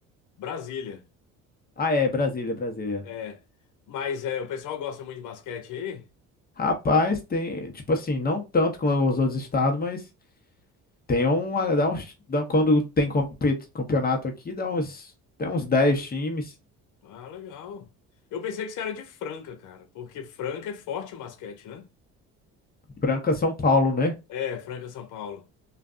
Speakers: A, on the left; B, on the left.
A: Brasília.
B: Ah, é, Brasília, Brasília.
A: É. Mas é, o pessoal gosta muito de basquete aí?
B: Rapaz, tem, tipo assim, não tanto como os outros estados, mas tem uma, dá uns, dá- quando tem compe- campeonato aqui, dá uns, tem uns 10 times.
A: Ah, legal. Eu pensei que você era de Franca, cara, porque Franca é forte em basquete, né?
B: Franca, São Paulo, né?
A: É, Franca, São Paulo.